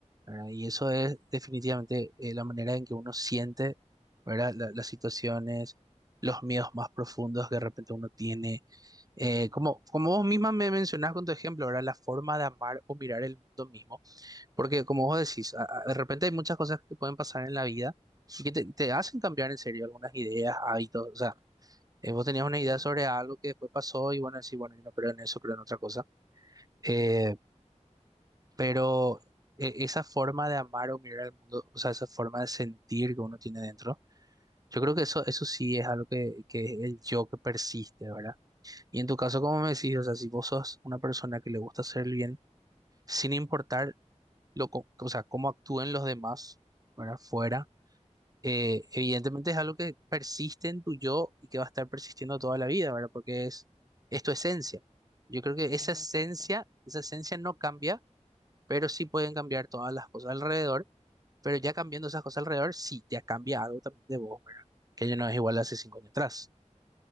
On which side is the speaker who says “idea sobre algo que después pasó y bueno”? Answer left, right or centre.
Right